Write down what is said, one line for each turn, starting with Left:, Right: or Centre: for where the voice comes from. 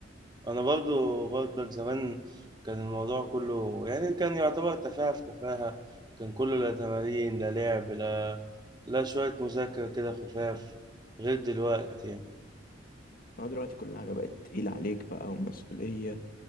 Right: انا برضو برضك زمان كان الموضوع كله يعني كان يعتبر تفاهة في تفاهة كان كله لا تمارين لا لعب لا لا شوية مذاكرة كده خفاف غير دلوقتي يعني
Left: أنا دلوقتي كل حاجة بقت تقيلة عليك بقى ومسؤولية